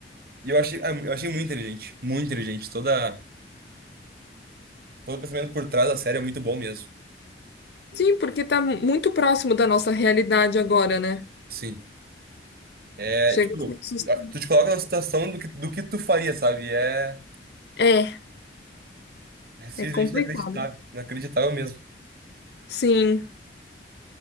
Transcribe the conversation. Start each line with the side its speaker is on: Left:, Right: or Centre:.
Right: E eu achei, ah, eu achei muito inteligente. Muito inteligente. Toda... Todo o pensamento por trás da série é muito bom mesmo.
Left: Sim, porque tá mu- muito próximo da nossa realidade agora, né?
Right: Sim. É,
Left: Chega
Right: tipo,
Left: a ser assustador.
Right: tu te coloca na situação do que, do que tu faria, sabe? É,
Left: É,
Right: é simplesmente
Left: é complicado.
Right: inacreditável, inacreditável mesmo.
Left: Sim,